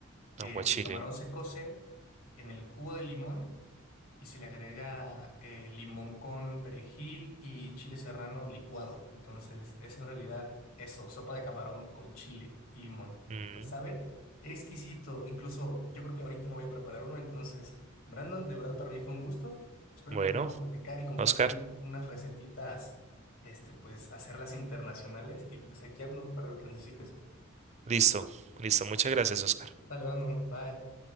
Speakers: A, on the left; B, on the right.
A: que
B: aguachile.
A: el camarón se cose en el jugo de limón y se le agrega eh, limón con perejil y chile serrano licuado. Entonces es en realidad eso, sopa de camarón con chile y limón.
B: Mm,
A: Pero sabe exquisito. Incluso yo creo que ahorita me voy a preparar uno. Entonces, Brandon, de verdad para mí fue un gusto. Espero
B: bueno,
A: que podamos platicar y compartir
B: Oscar,
A: un- unas recetitas, este, pues hacerlas internacionales y pues aquí ando para lo que necesites.
B: listo, listo. Muchas gracias, Oscar.
A: Dale, Brandon, bye.